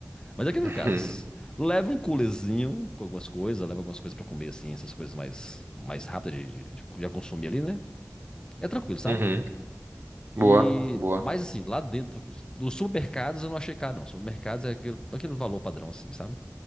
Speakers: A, on the left; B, on the right.
A: Mas
B: <laughs>
A: é aqueles
B: Uhum.
A: casos. Leva um coolerzinho com algumas coisas, leva algumas coisas pra comer, assim, essas coisas mais, mais rápidas de, de, de consumir ali, né? É tranquilo, sabe?
B: Uhum. Boa,
A: E,
B: boa.
A: mas assim, lá dentro, dos supermercados eu não achei caro, não. Supermercados é aquele, aquele valor padrão, assim, sabe?